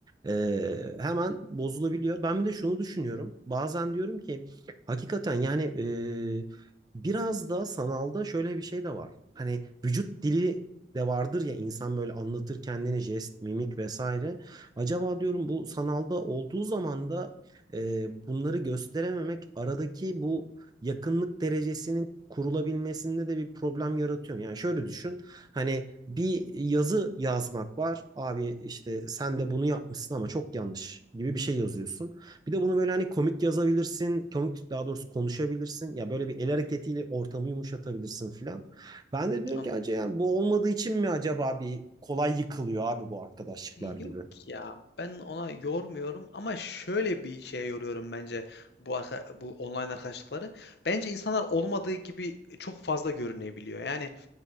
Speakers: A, on the right; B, on the left.
A: E, hemen bozulabiliyor. Ben bir de şunu düşünüyorum. Bazen diyorum ki hakikaten yani e, biraz da sanalda şöyle bir şey de var. Hani vücut dili de vardır ya insan böyle anlatır kendini jest, mimik vesaire. Acaba diyorum bu sanalda olduğu zaman da e, bunları gösterememek aradaki bu yakınlık derecesinin kurulabilmesinde de bir problem yaratıyor. Yani şöyle düşün. Hani bir yazı yazmak var. Abi işte sen de bunu yapmışsın ama çok yanlış gibi bir şey yazıyorsun. Bir de bunu böyle hani komik yazabilirsin. Komik daha doğrusu konuşabilirsin. Ya böyle bir el hareketiyle ortamı yumuşatabilirsin filan. Ben de diyorum
B: An-
A: ki acaba yani bu olmadığı için mi acaba bir kolay yıkılıyor abi bu arkadaşlıklar gibi.
B: Yok ya ben ona yormuyorum ama şöyle bir şeye yoruyorum bence bu arka- bu online arkadaşlıkları. Bence insanlar olmadığı gibi çok fazla görünebiliyor. Yani